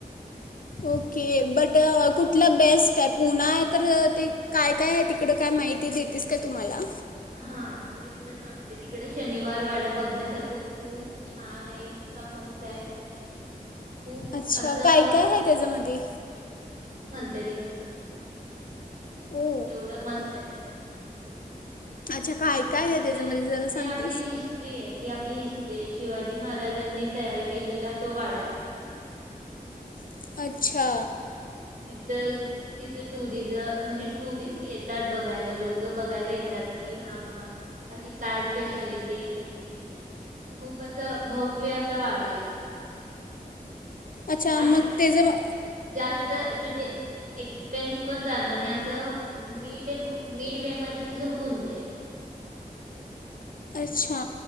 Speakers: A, on the left; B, on the right.
A: ओके बट कुठलं बेस्ट आहे पुणा आहे तर ते काय काय आहे तिकडं काय माहिती देतेस का तु मला
B: हा मी तुला सांग तिकडे शनिवार वाडा बघ बघणायासारखं खूप छान आहे इतका मस्त आहे. खूप
A: अच्छा
B: असं
A: काय काय आहे त्याच्यामध्ये
B: त्या तितलं
A: ओ
B: एवढं मस् ते
A: अच्छा काय
B: हा तिथ
A: काय आहे त्याच्यामध्ये जरा सांगतेस
B: ते आपली हिस्ट्री ये ती आपली हिस्ट्री ये शिवाजी महा महाराजांनी तयार केलेला तो वाडा आहे
A: अ अच्छा
B: तर तिथं टुरिजम म्हणजे टुरिस्ट येतात. बघायला लोक बघायला येतात. की, हा बाबा अशी काय स्पेशालिटी आहे त्याची खूप असं भव्य असा वाडा आहे. तो
A: अच्छा
B: आणि
A: मग ते जर
B: जास्त तुझे एक्सपेन्स पण जाणार आणि असं मिड मिड वे मध्ये तुझं होऊन जाईल.
A: अच्छा